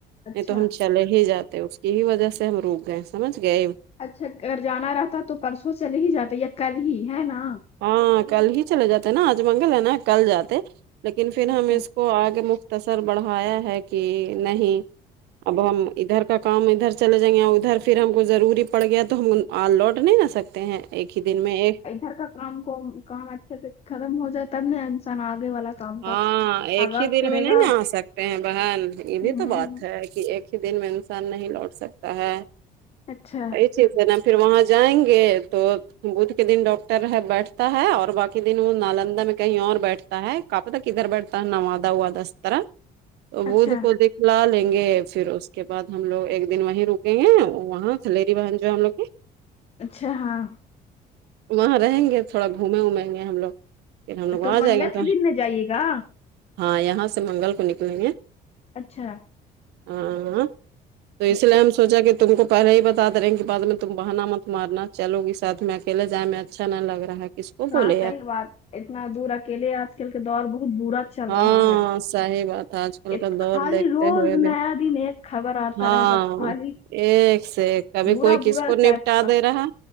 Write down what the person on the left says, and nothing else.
اچھا
اچھا اگر جانا رہتا تو پرسوں چلے ہی جاتے یا کل ہی ہے نا
اچھا
گھر کا کام کو کام اچھے سے ختم ہو جائے تب نا انسان آگے والا کام کا
آغاز
کرے
گا
ہوں
اچھا
اچھا
اچھا ہاں
کل
منگل
کے دن میں جائیے گا
اچھا
اچھا
ہاں صحیح
بات اتنا دور اکیلے آج کل کے دور بہت برا چل
رہا ہے
ات-
خالی
روز
نیا دن ایک خبر آتا
رہے گا خالی
برا
برا
ٹائپ
کا